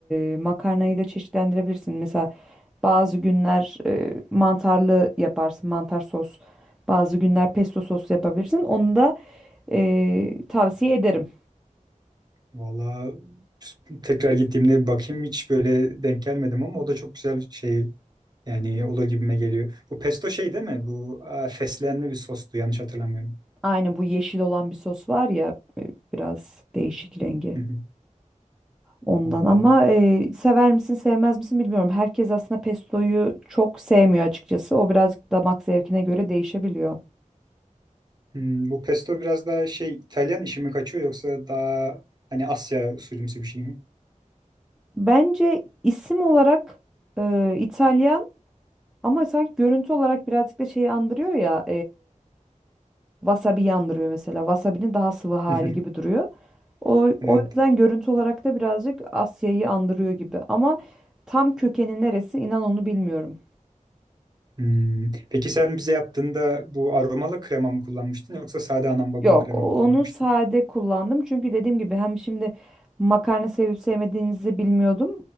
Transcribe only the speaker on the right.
Valla tekrar gittiğimde bir bakayım hiç böyle denk gelmedim ama o da çok güzel bir şey yani olur gibime geliyor. Bu pesto şey değil mi? Bu aa, fesleğenli bir sostu yanlış hatırlamıyorum.
Hı hı.
Valla.
Hmm, bu pesto biraz daha şey İtalyan işi mi kaçıyor yoksa daha hani Asya usulümsü bir şey mi?
<laughs>
Evet.
Hmm. Peki sen bize yaptığında bu aromalı krema mı kullanmıştın yoksa sade anam babam
krema
mı kullanmıştın?